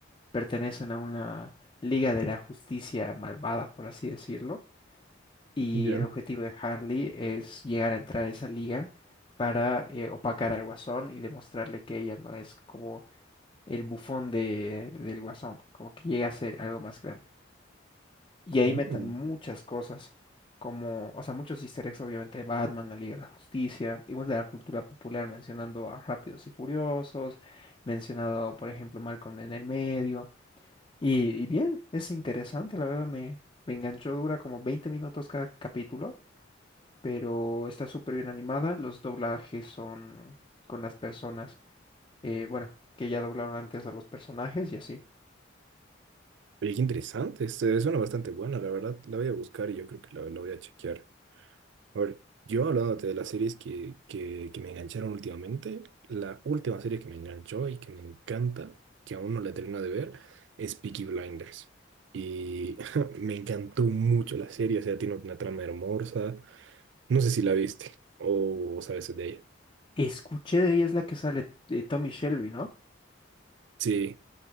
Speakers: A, on the left; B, on the right.
A: pertenecen a una Liga de la Justicia malvada, por así decirlo. Y
B: Ya.
A: el objetivo de Harley es llegar a entrar a esa liga para eh, opacar al Guasón y demostrarle que ella no es como el bufón de, del Guasón, como que llega a ser algo más grande. Y ahí
B: Mm.
A: metan muchas cosas, como, o sea, muchos easter eggs, obviamente, de Batman, la Liga de la Justicia, igual de la cultura popular, mencionando a Rápidos y Furiosos, mencionado, por ejemplo, Malcolm en el medio. Y, y bien, es interesante, la verdad, me, me enganchó, dura como 20 minutos cada capítulo, pero está súper bien animada, los doblajes son con las personas, eh, bueno, que ya doblaron antes a los personajes y así.
B: Oye, qué interesante. Este, suena bastante buena, la verdad. La voy a buscar y yo creo que la, la voy a chequear. A ver, yo hablándote de las series que, que, que me engancharon últimamente, la última serie que me enganchó y que me encanta, que aún no la termino de ver, es Peaky Blinders. Y <laughs> me encantó mucho la serie, o sea, tiene una trama hermosa. No sé si la viste o sabes de ella.
A: Escuché de ella es la que sale eh, Tommy Shelby, ¿no?
B: Sí,